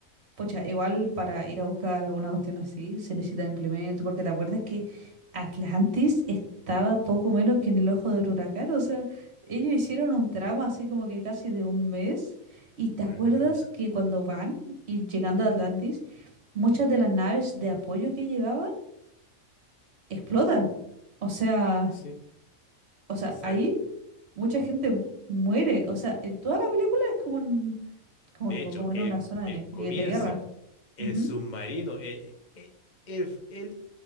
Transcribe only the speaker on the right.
Pucha, igual para ir a buscar una cuestión así se necesita implemento, porque te acuerdas que Atlantis estaba poco menos que en el ojo del huracán, o sea, ellos hicieron un tramo así como que casi de un mes, y te
acuerdas que cuando van y llegando a Atlantis, muchas de las naves de apoyo que llevaban explotan. O sea,
o sea,
ahí mucha gente mu- muere, o sea, en toda la película es como un, como
que como
en
una zona de,
ne-
de guerra.
Ujú,